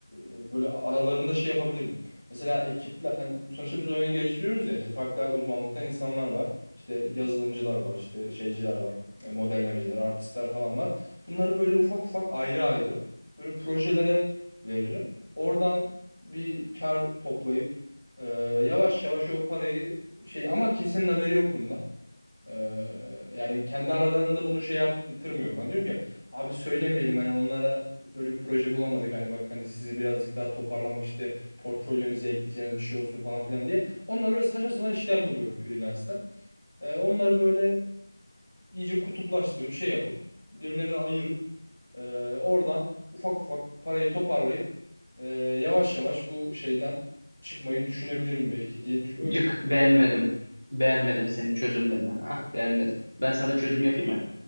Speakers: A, on the left (about 30°); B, on the right (about 40°).
A: e, böyle aralarında şey yapabilirim. Mesela ekiple hani sonuçta biz oyunu geliştiriyoruz ya işte farklı uzmanlıktan insanlar var. İşte yazılımcılar var, işte şeyciler var, e, modellemeciler, artistler falan var. Bunları böyle ufak ufak ayrı ayrı böyle projelere veririm. Oradan bir kar toplayıp e, yavaş yavaş o parayı şey ama kimsenin haberi yok bundan. E, yani kendi aralarında bunu şey yaptırmıyorum. Hani diyorum ki abi söylemeyelim hani onlara böyle bir proje bulamadık. Hani bak hani sizi birazcık daha toparlamak işte portfolyonuza ekleyeceğiniz bir şey olsun falan filan diye. Onlar biraz saçma sapan işler buluyorum freelance'ten. E, onları böyle iyice kutuplaştırıp şey yapıp birilerine ayırıp e, oradan ufak ufak parayı toparlayıp e, yavaş yavaş bu şeyden çıkmayı düşünebilirim belki diye düş- öyle
B: Cık
A: bir
B: beğenmedim. Beğenmedim senin çözümlerini. Ah beğenmedim. Ben sana çözüm yapayım mı?